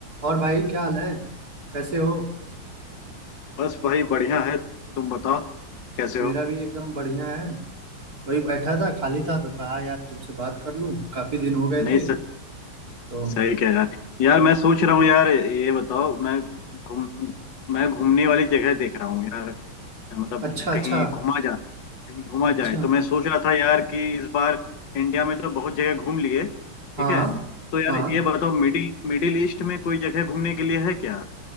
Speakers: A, on the right; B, on the left.
A: और भाई क्या हाल है कैसे हो
B: बस भाई बढ़िया है तुम बताओ कैसे
A: मेरा
B: हो
A: भी एकदम बढ़िया है वही बैठा था खाली था तो कहा यार तुमसे बात कर लूं काफी दिन हो गए
B: नहीं
A: थे
B: स-
A: तो
B: सही कह यार यार मैं सोच रहा हूँ यार ये बताओ मैं घूम मैं घूमने वाली जगह देख रहा हूँ यार मतलब
A: अच्छा अच्छा
B: कहीं घूमा जाए कहीं घूमा
A: अच्छा
B: जाए तो मैं सोच रहा था यार कि इस बार इंडिया में तो बहुत जगह घूम लिए ठीक
A: हाँ
B: है तो यार
A: हाँ
B: ये बताओ मिडिल मिडिल ईस्ट में कोई जगह घूमने के लिए है क्या